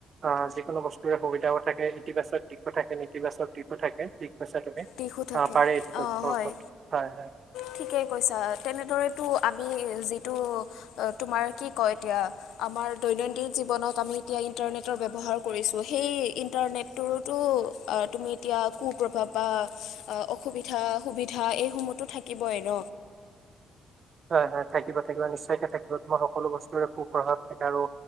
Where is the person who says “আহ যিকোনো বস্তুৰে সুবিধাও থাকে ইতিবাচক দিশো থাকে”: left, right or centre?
Right